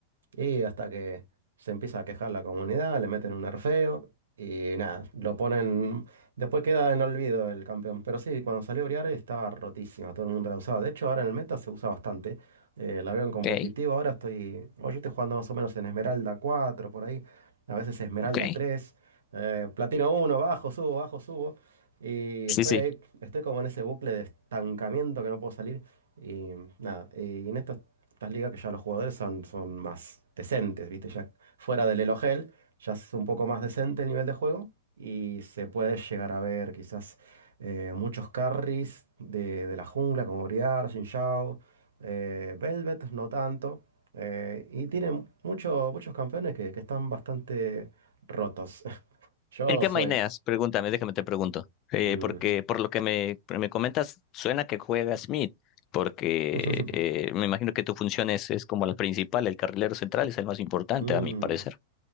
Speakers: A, on the right; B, on the left.
A: Y hasta que se empieza a quejar la comunidad, le meten un nerfeo y nada, lo ponen. Después queda en olvido el campeón. Pero sí, cuando salió Briar estaba rotísima, todo el mundo la usaba. De hecho, ahora en el meta se usa bastante. Eh, la veo en competitivo,
B: Ok,
A: ahora estoy. Bueno, yo estoy jugando más o menos en Esmeralda 4 por ahí. A veces Esmeralda
B: ok.
A: tres eh, Platino uno bajo, subo, bajo, subo. Y
B: Sí,
A: estoy
B: sí.
A: ahí, estoy como en ese bucle de estancamiento que no puedo salir. Y nada, y en esto estas ligas que ya los jugadores son, son más decentes, ¿viste? Ya fuera del Elo Hell, ya es un poco más decente el nivel de juego y se puede llegar a ver quizás eh, muchos carries de, de la jungla como Briar, Jin Zhao, eh, Velvet, no tanto. eh, y tienen mucho- muchos campeones que, que están bastante rotos. <laughs> Yo
B: ¿En qué
A: soy...
B: maineas? Pregúntame, déjame te pregunto. Eh,
A: Mm.
B: porque por lo que me, me comentas, suena que juegas mid, porque
A: <laughs>
B: eh, me imagino que tu función es, es como la principal, el carrilero central es el más importante,
A: Mm.
B: a mi parecer.